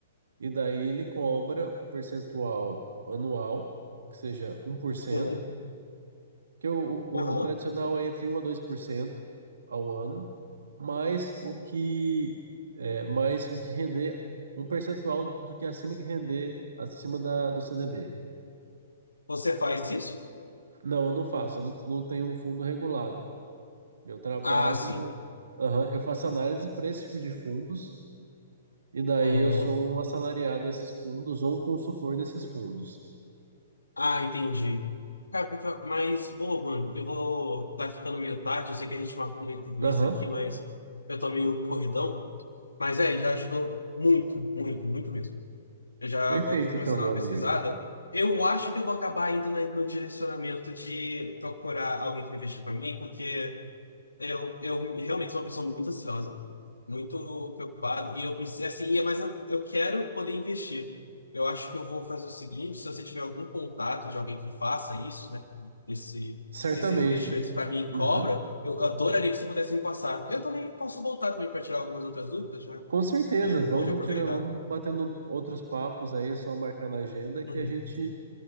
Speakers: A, on the right (about 65°); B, on the left (about 80°).
A: E daí ele cobra um percentual anual, que seja um por cento
B: uhum,
A: que o, o,
B: uhum.
A: o tradicional é entre um a 2% ao ano, mais o que é, mais o que render um percentual do que acima que render acima da, do CDB.
B: Você faz isso?
A: Não, eu não faço, eu não, não tenho um fundo regulado. Meu trabalho,
B: Ah, sim.
A: aham, eu faço análise para esse tipo de fundos, e daí
B: Uhum.
A: eu sou um assalariado desses fundos ou um consultor desses fundos.
B: Ah, entendi. Cara, porque- Mas, ô, mano, eu vou. Tá ficando meio tarde, eu sei que a gente marcou meio tudo
A: Aham,
B: isso aqui, mas eu tô meio corridão. Mas é, já ajudou muito, muito, muito mesmo. Eu já
A: perfeito
B: vou estar começando
A: então, meu
B: a dar uma
A: amigo.
B: pesquisada. Eu acho que eu vou acabar indo na- no direcionamento de procurar alguém para investir para mim, porque eu, eu realmente sou uma pessoa muito ansiosa, muito preocupada, e eu me assim, e é- mas eu, eu quero poder investir. Eu acho que eu vou fazer o seguinte, se você tiver algum contato de alguém que faça isso, né, esse,
A: Certamente.
B: esses investimentos para mim em
A: Uhum.
B: cobra, eu adoraria que você pudesse me passar. Eu também posso voltar também para tirar algumas outras dúvidas, né?
A: Com certeza,
B: e não
A: vamos
B: pode aproveitar.
A: tirar, vamos batendo outros papos aí, é só marcar na agenda que
B: Uhum.
A: a gente